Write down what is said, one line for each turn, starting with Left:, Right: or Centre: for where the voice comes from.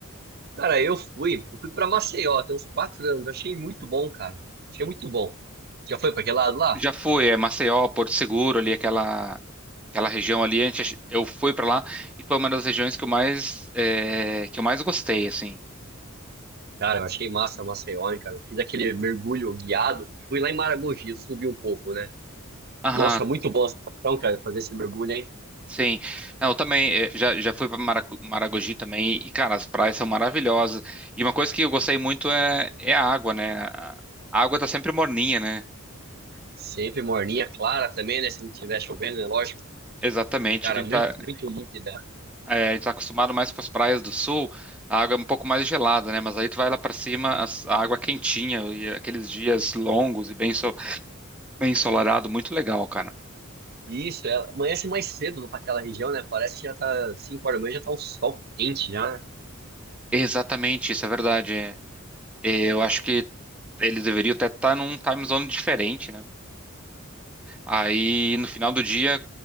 Right: Cara, eu fui. Eu fui pra Maceió, tem uns quatro anos. Achei muito bom, cara. Achei muito bom. Já foi pra aquele lado lá?
Centre: Já fui, é Maceió, Porto Seguro, ali aquela aquela região ali. A gente, eu fui para lá e foi uma das regiões que eu mais é, que eu mais gostei, assim.
Right: Cara, eu achei massa Maceió, hein, cara. Eu fiz aquele mergulho guiado. Fui lá em Maragogi, eu subi um pouco, né?
Centre: Aham,
Right: Nossa, muito bom essa sensação, cara, fazer esse mergulho, hein?
Centre: Sim, Não, eu também eh, já, já fui para Maragogi também e, cara, as praias são maravilhosas. E uma coisa que eu gostei muito é, é a água, né? A a água tá sempre morninha, né?
Right: Sempre morninha, clara também, né? Se não tiver chovendo, é lógico.
Centre: Exatamente,
Right: Cara,
Centre: o que a gente
Right: muito,
Centre: tá,
Right: muito límpida.
Centre: eh, a gente tá acostumado mais com as praias do sul, a água é um pouco mais gelada, né? Mas aí tu vai lá para cima, as- a água é quentinha e aqueles dias longos e bem, so, bem ensolarado, muito legal, cara.
Right: E isso, ela amanhece mais cedo para aquela região, né? Parece que já tá 5 horas da manhã, já tá um sol quente já, né?
Centre: Exatamente, isso é verdade. é. Eu acho que eles deveriam até estar num time zone diferente, né? Aí no final do dia,